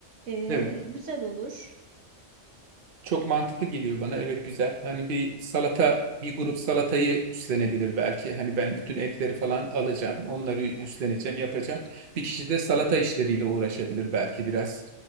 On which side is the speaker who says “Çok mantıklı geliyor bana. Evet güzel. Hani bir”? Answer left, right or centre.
Right